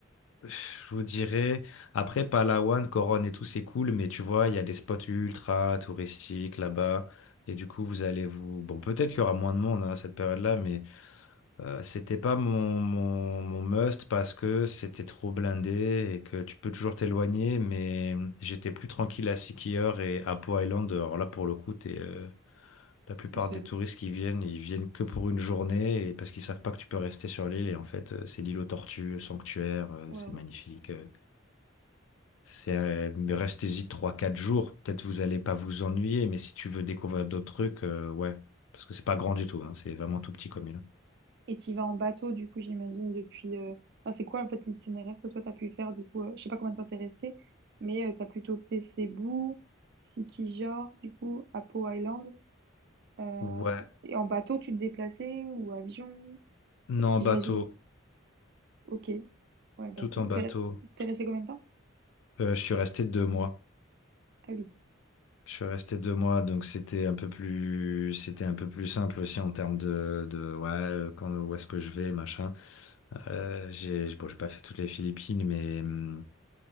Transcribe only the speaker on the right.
tout seul
Waouh.
Et tu vas en bateau, du coup, j'imagine, depuis... euh, Enfin, c'est quoi, en fait, l'itinéraire que toi, tu as pu faire, du coup euh, Je sais pas combien de temps t'es resté, mais tu as plutôt fait Cebu, Sikijor, du coup, Apo Island. euh,
Et en bateau, tu te déplaçais ou avion?
J'imagine,
ok. Ouais, bateau.
T'es re- t'es resté combien de temps?
Ah oui,